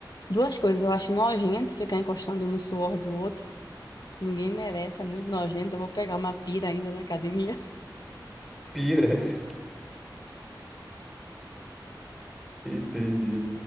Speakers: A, on the left; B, in the centre.
A: duas coisas, eu acho nojento ficar encostando no suor do outro. Ninguém merece, é muito nojento. Eu vou pegar uma pira ainda na academia.
B: pira? <laughs> Entendi.